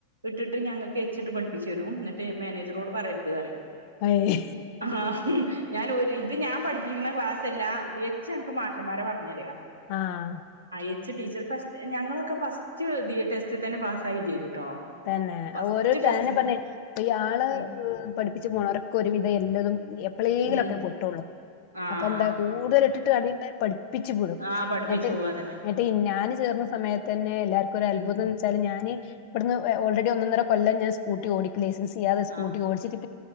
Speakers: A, on the right; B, on the left.
A: ഇട്ടിട്ട് ഞങ്ങൾക്ക് എച്ച് ഇട്ട് പഠിപ്പിച്ചെരും എന്നിട്ട് മാനേജറോട് പറയരുത് പറയും
B: അയ്
A: ആഹ് ഞാൻ ഒരു ഇത് ഞാൻ പഠിപ്പിക്കുന്ന ക്ലാസ് അല്ലാ എച്ച് ഞങ്ങക്ക് മാഷ്മാരാ പറഞ്ഞെരാ
B: ആഹ
A: എച്ച് ടീച്ചർ ഞങ്ങളൊക്കെ ഫസ്റ്റ് ടെസ്റ്റ് തന്നെ പാസ്സായും ചെയ്തുട്ടോ
B: തന്നെ
A: ഫസ്റ്റ്
B: ഓരോ
A: ടെസ്റ്റ്
B: അയെന്നെ പറഞ്ഞേ ഇപ്പൊ ഇയാള്
A: ഉം
B: പഠിപ്പിച്ച് പോണോരൊക്കെ ഒരുവിധം എല്ലതും എപ്പളേങ്കിലും
A: ഉം
B: ഒക്കെ പൊട്ടുള്ളൂ
A: ആഹ്
B: അപ്പൊ എന്താക്കും കൂടുതൽ ഇട്ടിട്ട് അതിന്നെ പഠിപ്പിച്ചുവിടും
A: ആഹ്
B: ഇന്നിട്ട്
A: പഠിപ്പിച്ചു പോവാ അതന്നെ
B: ട്ട് ഞാന് ചേർന്ന സമയത്ത് തന്നെ എല്ലാർക്കും ഒരു അത്ഭുതം
A: ഉം
B: എന്ന് വെച്ചാല് ഞാന് ഇവിട്ന്ന് ഓൾ റെഡി ഒന്ന് ഒന്നര കൊല്ലം ഞാൻ സ്കൂട്ടി ഓടിക്കും ലൈസൻസ് ഇല്ലാതെ സ്കൂട്ടി
A: ആഹ്
B: ഓടിച്ചിട്ട്